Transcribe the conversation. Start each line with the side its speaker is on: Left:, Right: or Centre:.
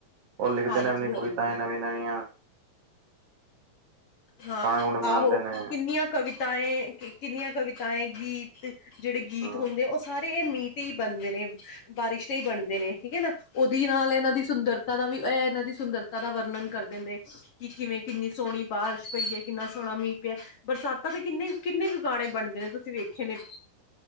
Right: ਉਹ ਲਿਖਦੇ
Left: ਹਾਂਜੀ-ਹਾਂਜੀ।
Right: ਨੇ ਆਪਣੀ ਕਵਿਤਾਂਏ ਨਵੀਂ-ਨਵੀਆਂ ਤੇ
Left: ਹਾਂ
Right: ਗੁਣੇ ਬਣਾਉਂਦੇ
Left: ਆਹੋ,
Right: ਨੇ
Left: ਕਿੰਨੀਆਂ ਕਵਿਤਾਏ, ਕਿੰਨੀਆਂ ਕਵਿਤਾਏ ਗੀਤ ਜਿਹੜੇ ਗੀਤ
Right: ਹਮ
Left: ਹੁੰਦੇ, ਉਹ ਸਾਰੇ ਇਹ ਮੀਂ ਤੇ ਈ ਬਣਦੇ ਨੇ, ਬਾਰਿਸ਼ ਤੇ ਈ ਬਣਦੇ ਨੇ, ਠੀਕ ਏ ਨਾ ਉਹਦੀ ਨਾਲ ਇਹਨਾਂ ਦੀ ਸੁੰਦਰਤਾ ਦਾ ਵੀ, ਇਹ ਇਹਨਾਂ ਦੀ ਸੁੰਦਰਤਾ ਦਾ ਵਰਣਨ ਕਰਦੇ ਨੇ, ਕਿ ਕਿਵੇਂ ਕਿੰਨੀ ਸੋਹਣੀ ਬਾਰਿਸ਼ ਪਈ ਏ ਕਿੰਨਾ ਸੋਹਣਾ ਮੀਂਹ ਪਿਆ, ਬਰਸਾਤਾਂ ਤੇ ਕਿੰਨੇ-ਕਿੰਨੇ ਕੁ ਗਾਣੇਂ ਬਣਦੇ ਨੇ, ਤੁਸੀਂ ਵੇਖੇ ਨੇ